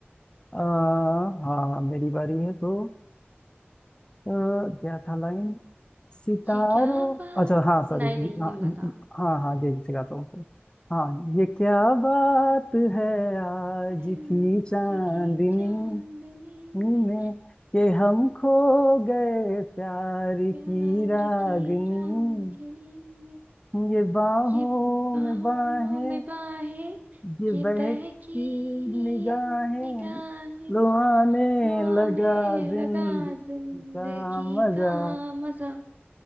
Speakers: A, on the left (about 20°); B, on the right (about 40°).
A: आ, हाँ मेरी बारी है तो अ, क्या था लाइन सितारों
B: ये क्या बात
A: अच्छा हाँ सॉरी
B: नहीं नहीं
A: हाँ
B: ये वाला था
A: हाँ हाँ ये सिखाता हूँ हाँ ये क्या बात है आज
B: आज
A: की चांदनी
B: की चांदनी
A: में
B: में
A: कि हम खो गए प्यार
B: प्यार
A: की रागनी
B: की रागिनी में,
A: ये बाहों
B: ये बाहों
A: में बाहें
B: में बाहें
A: ये
B: ये
A: बहकी
B: बहकी
A: निगाहें
B: निगाहें
A: लो आने
B: लो आने
A: लगा जिंदगी
B: लगा जिंदगी
A: का मजा
B: का मजा